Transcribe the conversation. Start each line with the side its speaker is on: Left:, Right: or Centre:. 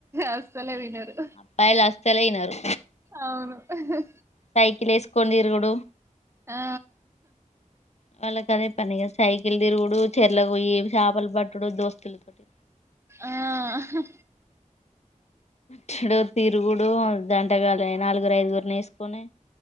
Right: అసలే వినరు
Left: అబ్బాయిలు అస్సలే వినరు
Right: అవును ఆహా
Left: సైకిల్ వేసుకొని తిరుగుడు
Right: ఆ
Left: వాళ్ళకి అదే పనిగాద సైకిల్ తిరుగుడు చెరలకి పోయి చాపలు పట్టుడు దోస్తులతోటి
Right: ఆ ఆహా
Left: టుడు తిరుగుడు జంటగాలని నాలుగురు ఐదుగురుని ఎసుకొని